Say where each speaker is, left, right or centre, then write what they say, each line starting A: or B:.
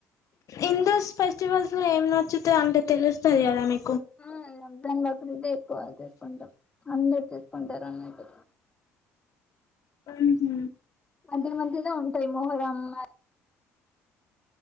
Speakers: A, on the left (about 50°); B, on the left (about 15°).
A: ఇందుస్ ఫెస్టివల్స్ లో ఏం నచ్చుతాయ్ అంటే తెలుస్తది గదా మీ
B: అ రంజాన్ బక్రీదే చేసుకుంటాం అందరూ చేసుకుంటారన్నట్టు
A: ఉహ్హు
B: <unintelligible> ఉంటయ్ మొహర్రం అ